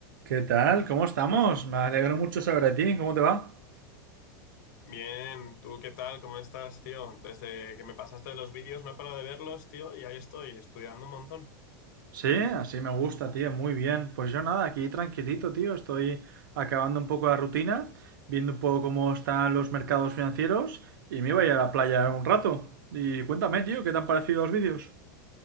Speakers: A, on the right (about 75°); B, on the left (about 60°).
A: ¿Qué tal? ¿Cómo estamos? Me alegro mucho saber de ti. ¿Cómo te va?
B: Bien, ¿tú qué tal? ¿Cómo estás, tío? Desde que me pasaste los vídeos no he parado de verlos, tío, y ahí estoy, estudiando un montón.
A: Sí, así me gusta, tío. Muy bien. Pues yo nada, aquí tranquilito, tío. Estoy acabando un poco la rutina, viendo un poco cómo están los mercados financieros y me iba a ir a la playa un rato. Y cuéntame, tío, ¿qué te han parecido los vídeos?